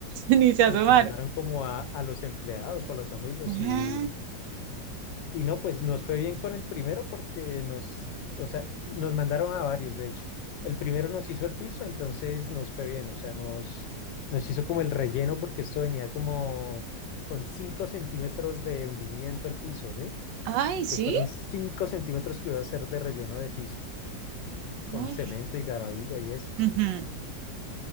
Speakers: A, on the right (about 85°); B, on the left (about 85°).
A: ni se
B: sino
A: asomaron.
B: que mandaron como a, a los empleados o a los amigos
A: Ajá.
B: y, y no, pues nos fue bien con el primero porque nos, o sea, nos mandaron a varios, de hecho. El primero nos hizo el piso, entonces nos fue bien, o sea, nos, nos hizo como el relleno porque esto venía como con cinco centímetros de hundimiento el piso, ¿sí?
A: Ay,
B: Entonces
A: sí,
B: fueron 5 centímetros que iba a hacer de relleno de piso, con
A: ay,
B: cemento y garabilla y esto.
A: ujú.